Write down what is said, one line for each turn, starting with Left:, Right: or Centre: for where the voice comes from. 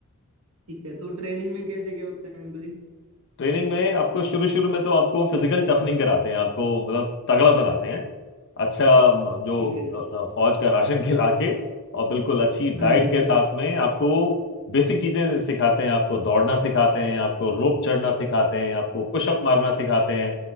Right: ठीक है तो ट्रेनिंग में कैसे क्या होता है अंकल जी
Left: ट्रेनिंग में आपको शुरू शुरू में तो आपको फिजिकल टफनिंग कराते हैं आपको मतलब तगड़ा बनाते हैं अच्छा म, जो
Right: ठीक है अंकल
Left: अ,
Right: जी।
Left: अ, फौज का राशन <laughs> खिला के और बिल्कुल अच्छी डाइट
Right: हाँ जी
Left: के
Right: जी
Left: साथ में आपको बेसिक चीजें सिखाते हैं आपको दौड़ना सिखाते हैं आपको रोप चढ़ना सिखाते हैं आपको पुशअप मारना सिखाते हैं